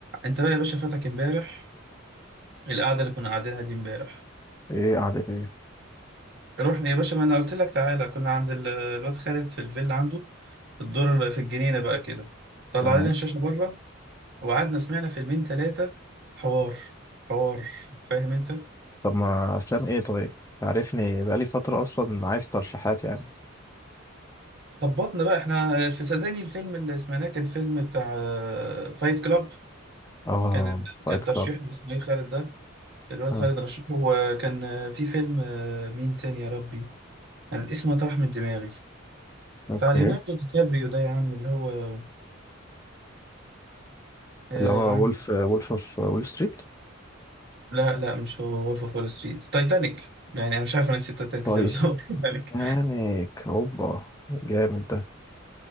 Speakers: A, on the right; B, on the left.
A: انت بقى يا باشا فاتك امبارح القعده اللي كنا قاعدينها دي امبارح
B: ايه قعدة ايه
A: رحنا يا باشا ما انا قلت لك تعالى كنا عند ال- الواد خالد في الفيلا عنده في الدور في الجنينه بقى كده طلع
B: تمام
A: لنا الشاشه بره وقعدنا سمعنا فيلمين ثلاثه حوار حوار فاهم انت
B: طب ما افلام ايه طيب تعرفني بقالي فترة اصلا عايز ترشيحات يعني
A: خبطنا بقى احنا في صدقني الفيلم اللي سمعناه كان فيلم بتاع فايت كلاب
B: اه
A: كان ال-
B: فايت
A: كان
B: كلاب
A: ترشيح اسمه ايه خالد ده الواد
B: آه.
A: خالد رشحه وكان آه، في فيلم آه، مين تاني يا ربي كان اسمه طرح من دماغي
B: اوكي
A: بتاع ليوناردو دي كابريو ده يا عم اللي هو آه...
B: اللي هو وولف وولف اوف وول ستريت
A: لا لا مش هو وولف اوف وول ستريت تايتانيك يعني انا مش عارف انا نسيت تايتانيك
B: طيب
A: ازاي بس هو <laughs> تايتانيك
B: تانيك اوبا جامد ده